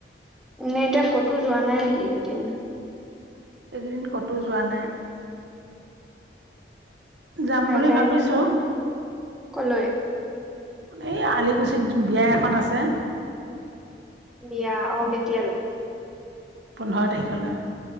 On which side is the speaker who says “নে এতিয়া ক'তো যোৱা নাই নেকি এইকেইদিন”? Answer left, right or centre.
Centre